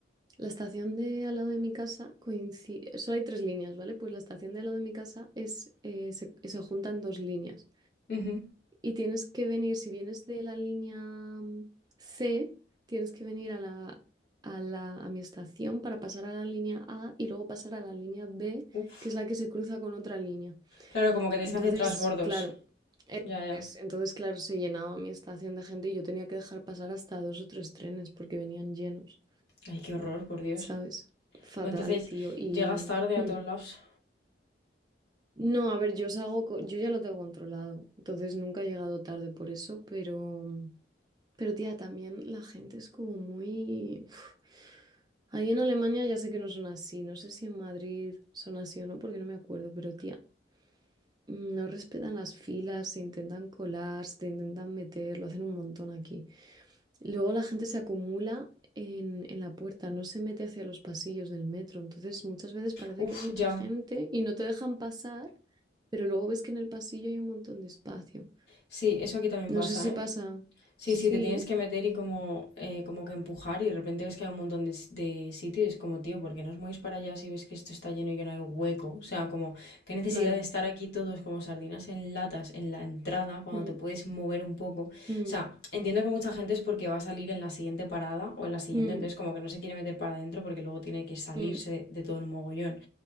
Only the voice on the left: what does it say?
ujú.
Uf.
Claro, como que tienes
que hacer trasbordos.
Ya, ya.
Ay, qué horror, por Dios.
Pues entonces
llegas tarde
a todos lados.
Uf,
ya.
Sí, eso aquí también
pasa,
¿eh?
Sí,
sí, te tienes que meter y como, eh, como que empujar y de repente ves que hay un montón de, s- de sitios. Es como, tío, ¿por qué no os movéis para allá si ves que esto está lleno y que no hay hueco? O sea, como, qué necesidad
de estar aquí todos como sardinas en latas en la entrada cuando
te puedes mover un poco. O
sea, entiendo que mucha gente es porque va a salir en la siguiente parada o en la siguiente,
entonces como que no se quiere meter para adentro porque luego tiene que salirse
de de todo el mogollón.